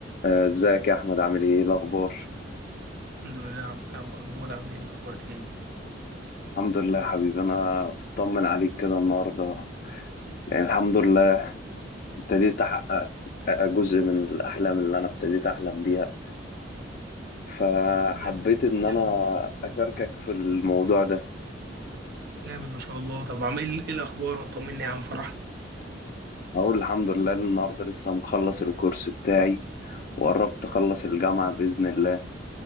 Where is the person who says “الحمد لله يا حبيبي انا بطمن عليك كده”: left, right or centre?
Left